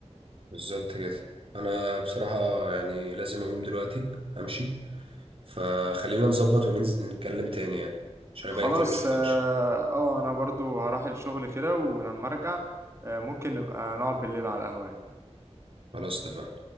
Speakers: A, on the right; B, on the right.
A: بالظبط كده انا بصراحة يعني لازم اقوم دلوقتي امشي فخلينا نظبط وننزل نتكلم تاني يعني عشان
B: خلاص
A: بقى كتير ما شفتكش
B: اه آه، انا برضو هروح الشغل كده ولما ارجع آه ممكن نبقى نقعد بالليل على القهوة يعني
A: خلاص اتفقنا